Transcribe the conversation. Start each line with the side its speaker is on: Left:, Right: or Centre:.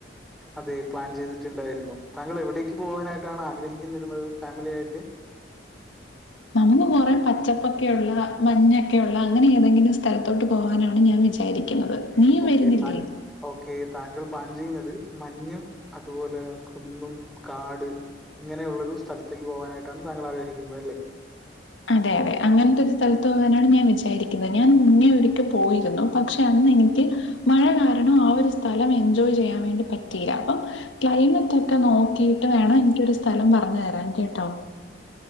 Centre: അതെ പ്ലാൻ ചെയ്തിട്ടുണ്ടായിരുന്നു താങ്കൾ എവിടേക്ക് പോകാനായിട്ടാണ് ആഗ്രഹിക്കുന്നിരുന്നത് ഫാമിലി ആയിട്ട്
Left: നമുക്ക് കുറേ പച്ചപ്പൊക്കെയുള്ള മഞ്ഞൊക്കെയുള്ള അങ്ങനെ ഏതെങ്കിലും സ്ഥലത്തോട്ട് പോവാനാണ് ഞാൻ വിചാരിക്കുന്നത് നീയും
Centre: ഓക്കെ
Left: വരുന്നില്ലേ
Centre: താങ്ക ഓക്കെ താങ്കൾ പ്ലാൻ ചെയ്യുന്നത് മഞ്ഞും അതുപോലെ കുന്നും കാട് ഇങ്ങനെയുള്ളൊരു സ്ഥലത്തേക്ക് പോകാനായിട്ടാണ് താങ്കൾ ആഗ്രഹിക്കുന്നത് അല്ലേ
Left: അതെ അതെ, അങ്ങനത്തെ ഒരു സ്ഥലത്ത് പോകാനാണ് ഞാൻ വിചാരിക്കുന്നെ ഞാൻ മുന്നേ ഒരിക്ക പോയിരുന്നു. പക്ഷെ അന്നെനിക്ക് മഴ കാരണം ആ ഒരു സ്ഥലം എൻജോയ് ചെയ്യാൻ വേണ്ടി പറ്റിയില്ല അപ്പം ക്ലൈമറ്റ് ഒക്കെ നോക്കിയിട്ട് വേണം എനിക്കൊരു സ്ഥലം പറഞ്ഞു തരാൻ കേട്ടോ